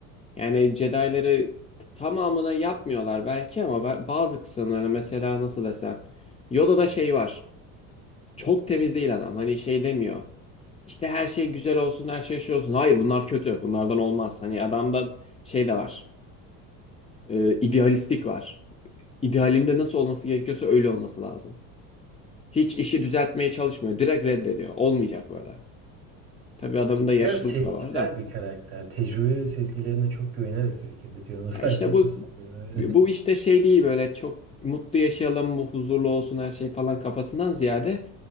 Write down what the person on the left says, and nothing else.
Yani Jedi'ları tamamına yapmıyorlar belki ama ba- bazı kısımlarını mesela nasıl desem. Yoda'da şey var. Çok temiz değil adam. Hani şey demiyor. İşte her şey güzel olsun, her şey şey olsun. Hayır bunlar kötü. Bunlardan olmaz. Hani adamda şey de var. e, idealistik var. İdealinde nasıl olması gerekiyorsa öyle olması lazım. Hiç işi düzeltmeye çalışmıyor. Direkt reddediyor. Olmayacak böyle. Tabii adamın da yaşlılık
da var da.
Ya
işte
bu
bu işte şey değil böyle çok mutlu yaşayalım, huzurlu olsun her şey falan kafasından ziyade